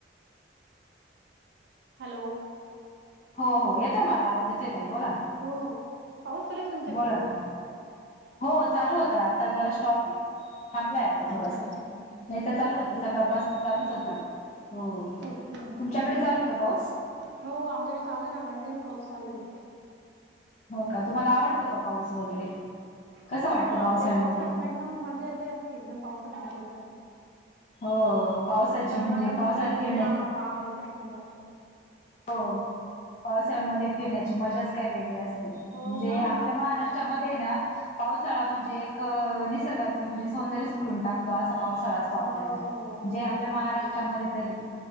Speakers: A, on the right (about 75°); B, on the left (about 40°).
A: हॅलो
B: हो हो येतोय मला आवाज येतोय ताई बोला ना.
A: हो पाऊस चालूय का तुमच्याकडे?
B: बोला ना हो चालू होता आता जरा स्टॉप आहे. थांबलंय आता थोडंसं
A: अच्छा अच्छा
B: नाही तर चालू
A: ओके
B: होतं सकाळ पास चालूच होता, हो
A: ओके
B: तुमच्याकडे चालू आहे का पाऊस?
A: हो आमच्याकडे चालू आहे ना कंटीन्यू पाऊस चालू आहे.
B: हो का तुम्हाला आवडतो का पाऊस वगैरे
A: हो
B: कसं वाटतं
A: मग बापरे
B: पावसाळ्यामध्ये?
A: पावसात ना एकदम मजा येते असती एकदम पावसात म्हटलं तर.
B: हो पावसाची
A: गरमागरम
B: म्हणजे पावसाळ्यात
A: भजी
B: फिरण्याची
A: चहा वाव एकच नंबर.
B: हो पावसाळ्यामध्ये फिरण्याची मजाच काय वेगळी असते
A: हो
B: म्हणजे
A: मग
B: आपल्या
A: मग
B: महाराष च्या मध्ये ना पावसाळा म्हणजे एक निसर्गाच म्हणजे सौंदर्य खुलून टाक. तेव्हा असं पावसाळा असतो आपल्याकडे,
A: हो हो हो
B: जे आपल्या
A: ते
B: महाराष्ट्रामध्ये
A: तर आहे
B: तरी